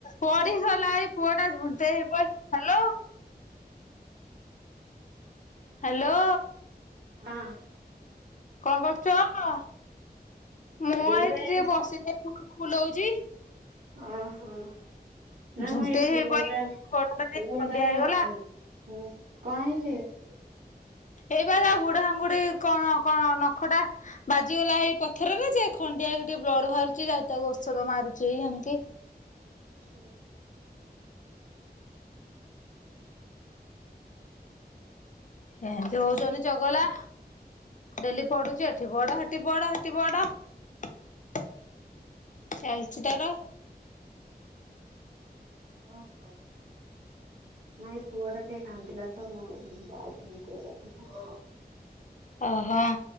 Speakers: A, on the left (about 50°); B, on the right (about 60°).
A: ପଢି ଗଲା ଏଇ ପୁଅ ଟା ଝୁଣ୍ଟେ ହେଇ ପଇଲା ହାଲୋ। ହ୍ୟାଲୋ।
B: ହଁ।
A: କଣ କରୁଛ ଅ? ମୁଁ
B: ଏଇବା
A: ଏଇଠି
B: ଏଇ
A: ଟିକେ ବସିଛି ଫୁଲଉଛି।
B: ଓହୋ ନାମ
A: ଝୁଣ୍ଟେଇ
B: ଏଇ ପୁଅ
A: ହେଇ ପଡି
B: ଟା ପୁଅ
A: ଗୋଡଟା ଟିକେ ଖଣ୍ଡିଆ
B: ଟା
A: ହେଇଗଲା
B: କା ହୁଁ କଣ ହେଇଛି?
A: ଏଇ ବା ଆଉ ବୁଢାଆଙ୍ଗୁଡି କଣ କଣ ନଖଟା ବାଜିଗଲା ଏଇ ପଥରରେ ଯେ ଖଣ୍ଡିଆ ଟିକେ ବ୍ଲଡ ବାହାରୁଛି ଯାଇ ତାକୁ ଔଷଧ ମାରୁଛି ଏଇ ଆଣିକି।
B: ହୁଁ।
A: ଏମିତି ହଉଚଛନ୍ତି ଚଗଲା। ଡେଲି ପଡୁଛି, ଏଠି ପଡ ହେଠି ପଡ ହେଠି ପ। ଚାଲିଛି
B: ନା
A: ତାର।
B: କଣ କରବି। ନାଇଁ ଏ ପୁଅ ଟା ଟିକେ କାନ୍ଦିଲା ତ ମୁଁ ଏଇ ଯାଉ <inaudible>
A: ଓହୋ,